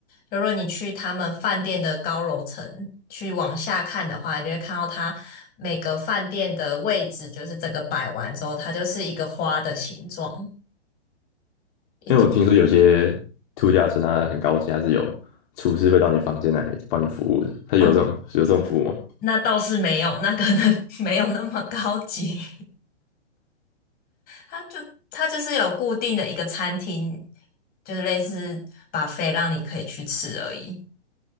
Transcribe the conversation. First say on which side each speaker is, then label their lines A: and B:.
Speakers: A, on the left; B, on the left.
A: 就如果你去他们饭店的高楼层去往下看的话，你就会看到它每个饭店的位置，就是整个摆完之后，它就是一个花的形状，一朵。
B: 因为我听说有些度假村它很高级，它是有厨师会到你房间来帮你服务的。它有这种有这种服务吗？
A: 哦，那倒是没有，那可能 <laughs> 没有那么高级。它就它就是有固定的一个餐厅，就是类似把 u 让你可以去吃而已，